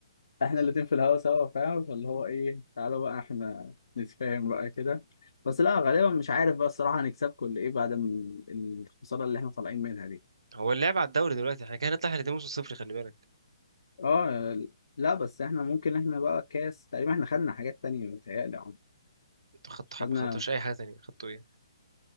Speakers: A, on the left; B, on the right.
A: احنا الاتنين في الهوا سوا فاهم فاللي هو ايه تعالوا بقى احنا نتفاهم بقى كده بس لا غالبا مش عارف بقى الصراحة هنكسبكم ولا ايه بعد م- الخسارة اللي احنا طالعين منها دي
B: هو اللعب على الدوري دلوقتي احنا كده هنطلع احنا الاتنين موسم صفر خلي بالك
A: اه لا بس احنا ممكن احنا بقى كاس تقريبا احنا خدنا حاجات تانية متهيألي يا عمر
B: انتوا خدتوا
A: خدنا
B: ما خدتوش اي حاجه تانية خدتوا ايه